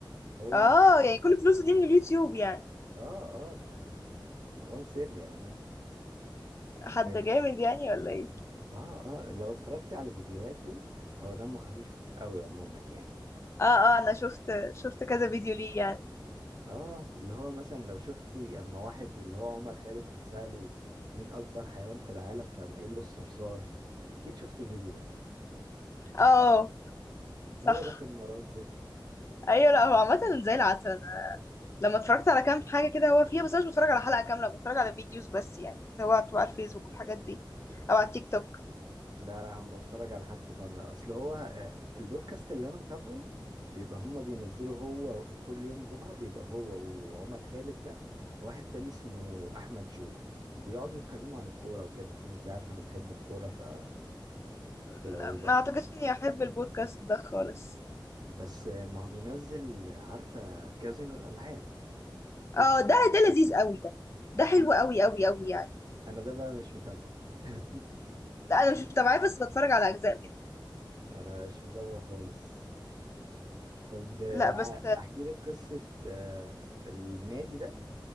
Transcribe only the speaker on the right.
هو
اه اه ده مروان سري يا جماعة
إيه.
اه اه لو اتفرجتي على فيديوهاته هو دمه خفيف قوي عموما يعني
اه اللي هو مثلا لو شفتي اما واحد اللي هو عمر خالد كان سأله مين اكبر حيوان في العالم فقام قايل له الصرصار اكيد شفت الفيديو ده
هو ده كان مروان سري
لا لا انا بتفرج على حاجته كامله اصل هو آه، البودكاست اللي انا متابعه بيبقى هما بينزلوا هو كل يوم جمعه بيبقى هو وعمر خالد ده واحد تاني اسمه احمد جو بيقعدوا يتكلموا عن الكوره وكده فانت عارف انا بحب الكوره فكده
هو
بقى
بس آه، ما هو بينزل آه، عارفه كازينو الالعاب اكيد
سمعت-
انا
انا ده بقى مش متابعه <laughs>
انا مش متابعه خالص طب آه،
ع- احكي لك قصه آه، النادي ده